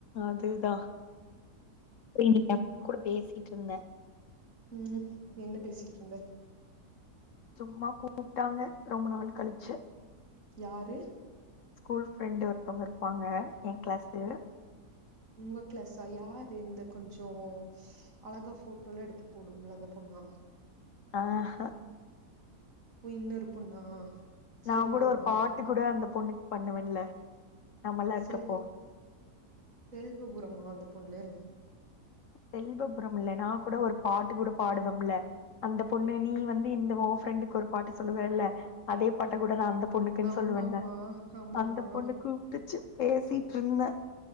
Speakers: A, on the left; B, on the right.
A: அது தா <unintelligible> இருந்த
B: ம்ம் என்ன பேசிட்டு இருந்த
A: சும்மா கூப்பிட்டாங்க ரொம்ப நாள் கழிச்சி
B: யாரு
A: ஸ்கூல் ஃப்ரெண்டு ஒருத்தவங்க இருப்பாங்க ஏன் கிளாசு
B: நீ உங்க க்ளாசா யாரு இந்த கொஞ்சே அழகா போட்டோல எடுத்து போடும்ல அந்த பொண்ணா
A: ஆஹ
B: ஓ இன்னொரு பொண்ணா செல்வபுரமா
A: நா கூட ஒரு பாட்டு கூட அந்த பொண்ணுக்கு பண்ணுவன்ல நம்மல்லா இருக்கப்போ
B: செல் செல்வபுரமா அந்த பொண்ணு
A: செல்வபுரம் இல்ல நான் கூட ஒரு பாட்டு கூட பாடுவோம்ல அந்த பொண்ணு நீ வந்து இந்த ஒ ஃப்ரெண்டுக்கு ஒரு பாட்டு சொல்லுவேல்ல அதே பாட்டு கூட நான் அந்த பொண்ணுக்குன்னு
B: ஆமாமா
A: சொல்லுவேன்ல
B: ஆமாமா
A: அந்த பொண்ணு கூப்பிட்டுச்சு பேசி ருந்த